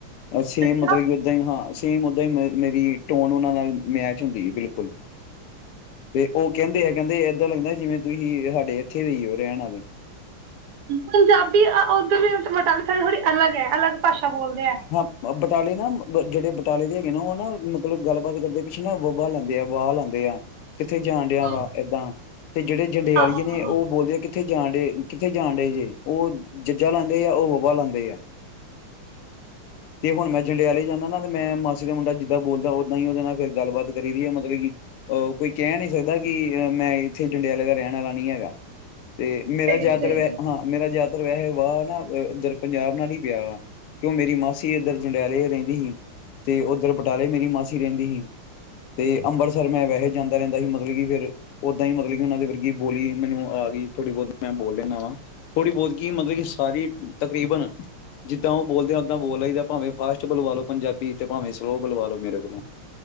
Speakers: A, on the left; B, on the right.
A: ਸੇਮ
B: ਅੱਛਾ
A: ਮਤਲਬ ਕਿ ਉਦਾਂ ਹੀ ਹਾਂ ਸੇਮ ਉਦਾਂ ਹੀ ਮ ਮੇਰੀ ਟੋਨ ਉਹਨਾਂ ਨਾਲ, ਮੈਚ ਹੁੰਦੀ ਹੈ ਬਿਲਕੁਲ ਤੇ ਉਹ, ਕਹਿੰਦੇ ਹਾਂ ਕਹਿੰਦੇ ਏਦਾਂ ਲਗਦਾਂ ਹੈ ਜਿਵੇਂ, ਤੁਸੀਂ ਸਾਡੇ ਇੱਥੇ ਦੇ ਹੀ ਰਹਿਣ ਆਲੇ,
B: ਪੰਜਾਬੀ ਅ ਉਧਰ <unintelligible> <unintelligible> ਥੜੀ-ਥੋੜੀ ਅਲਗ ਹੈ ਅਲਗ ਭਾਸ਼ਾ ਬੋਲਦੇ ਆ
A: ਹਾਂ ਬਟਾਲੇ ਨਾ ਜਿਹੜੇ, ਤਾਲੇ ਦੇ ਹੈਗੇ ਨਾ ਉਹ ਨਾ ਮਤਲਬ ਗੱਲਬਾਤ ਕਰਦੇ ਪਿੱਛੇ ਨਾ ਬੱਬਾ ਲਾਦੇ ਆ ਵਾਹ ਲਾਦੇ ਆ। ਕਿੱਥੇ ਜਾਣ ਡਿਆ
B: ਆਹੋ
A: ਵਾ ਏਦਾਂ ਤੇ ਜਿਹੜੇ ਜੰਡਿਆਲੀਏ
B: ਆਹੋ
A: ਨੇ
B: ਆਹੋ
A: ਉਹ ਬੋਲਦੇ ਆ ਕਿ ਕਿੱਥੇ ਜਾਣ ਦਏ, ਕਿੱਥੇ ਜਾਣ ਦਏ ਜੇ ਉਹ ਜੱਜਾ ਲਾਦੇ ਆ ਉਹ ਬੱਬਾ ਲਾਦੇ ਆ। ਤੇ ਹੁਣ ਮੈਂ ਜੰਡਿਆਲੇ ਜਾਂਨਾ ਨਾ ਤੇ ਮੈਂ ਮਾਸੀ ਦਾ ਮੁੰਡਾ ਜਿੱਦਾਂ ਬੋਲਦਾ ਉਦਾਂ ਹੀ ਉਹਦੇ ਨਾਲ ਫਿਰ ਗੱਲਬਾਤ ਕਰੀ ਦੀ ਹੈ, ਮਤਲਬ ਕਿ ਅਹ ਕੋਈ ਕਹਿ ਨੀ ਸਕਦਾ ਕਿ ਮੈਂ ਇੱਥੇ ਜੰਡਿਆਲੇ ਦਾ ਰਹਿਣ ਆਲਾ ਨੀ ਹੈਗਾ। ਤੇ ਮੇਰਾ
B: ਸਹੀ
A: ਜ਼ਿਆਤਰ
B: ਹੈ ਸਹੀ ਹੈ
A: ਹਾਂ ਮੇਰਾ ਜਿਆਦਾ ਧਰ ਵੈਸੇ ਵਾਹ ਨਾ ਇੱਧਰ ਪੰਜਾਬ ਨਾਲ ਹੀ ਪਿਆ ਵਾ ਕਿਉਂ ਮੇਰੀ ਮਾਂ ਸੀ ਇੱਧਰ ਜੰਡਿਆਲੇ ਰਹਿੰਦੀ ਸੀ, ਤੇ ਉੱਧਰ ਬਟਾਲੇ ਮੇਰੀ ਮਾਸੀ ਰਹਿੰਦੀ ਸੀ। ਤੇ ਅੰਮ੍ਰਿਤਸਰ ਮੈਂ ਵੈਸੇ ਜਾਂਦਾ ਰਹਿੰਦਾ ਸੀ ਮਤਲ ਮਤਲਬ ਕਿ ਫੇਰ ਉਦਾਂ ਹੀ ਮਤਲਬ ਕਿ ਉਹਨਾਂ ਦੇ ਵਰਗੀ ਬੋਲੀ ਮੈਨੂੰ ਆ ਗਈ ਥੋੜ੍ਹੀ ਬਹੁਤ ਮੈਂ ਬੋਲ ਲੈਂਦਾ ਵਾ, ਥੋੜ੍ਹੀ ਬਹੁਤ ਕੀ ਮਤਲਬ ਕਿ ਸਾਰੀ ਤਕਰੀਬਨ, ਜਿੱਦਾਂ ਉਹ ਬੋਲਦੇ ਉੱਦਾਂ ਬੋਲ ਲਈ ਦਾ ਭਾਵੇਂ ਫਾਸਟ ਬੁਵਾ ਲੋ ਪੰਜਾਬੀ ਤੇ ਭਾਵੇਂ ਸਲੋਅ ਬੁਵਾ ਲੋ ਮੇਰੇ ਕੋਲੋਂ।